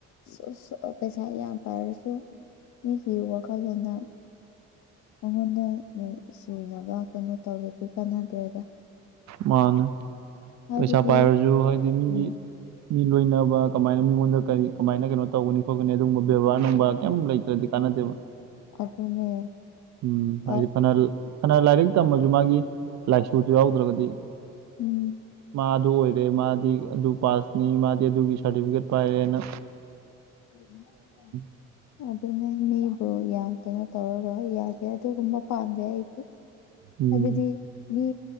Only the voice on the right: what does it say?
ꯃꯥꯅꯦ
ꯄꯩꯁꯥ ꯄꯥꯏꯔꯖꯨ ꯍꯥꯏꯗꯤ ꯃꯤꯒꯤ
ꯃꯤ ꯂꯣꯏꯅꯕ ꯀꯃꯥꯏꯅ ꯃꯤꯉꯣꯟꯗ ꯀꯔꯤ ꯀꯃꯥꯏꯅ ꯀꯩꯅꯣ ꯇꯧꯒꯅꯤ ꯈꯣꯠꯀꯅꯤ ꯑꯗꯨꯒꯨꯝꯕ ꯕꯦꯕꯥꯔ ꯅꯨꯡꯕꯥꯔ ꯀꯩꯝ ꯂꯩꯇ꯭ꯔꯗꯤ ꯀꯥꯅꯗꯦꯕ
ꯎꯝ
ꯍꯥꯏꯗꯤ ꯐꯅ ꯐꯅ ꯂꯥꯏꯔꯤꯛ ꯇꯝꯃꯖꯨ ꯃꯥꯒꯤ ꯂꯥꯏꯁꯨꯗꯨ ꯌꯥꯎꯗ꯭ꯔꯒꯗꯤ
ꯃꯥ ꯑꯗꯨ ꯑꯣꯏ ꯃꯥꯗꯤ ꯑꯗꯨ ꯄꯥꯁꯅꯤ ꯃꯥꯗꯤ ꯑꯗꯨꯒꯤ ꯁꯥꯔꯇꯤꯐꯤꯀꯦꯠ ꯄꯥꯏꯔꯦꯅ
<unintelligible>
ꯎꯝ